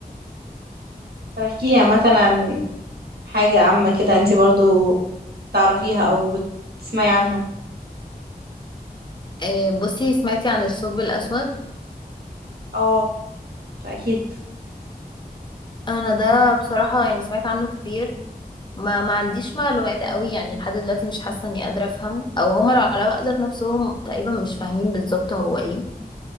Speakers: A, on the right; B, on the left.
A: طب احكيلي عامة عن حاجة عامة كده انتي برضو تعرفيها او بتسمعي عنها
B: <laughs> آه بصي سمعتي عن الثقب الاسود
A: اه اكيد
B: انا ده بصراحة يعني سمعت عنه كتير ما ما عنديش معلومات قوي يعني لحد دلوقتي مش حاسه اني قادره افهم او هما العلماء ذات نفسهم تقريبا مش فاهمين بالظبط هو ايه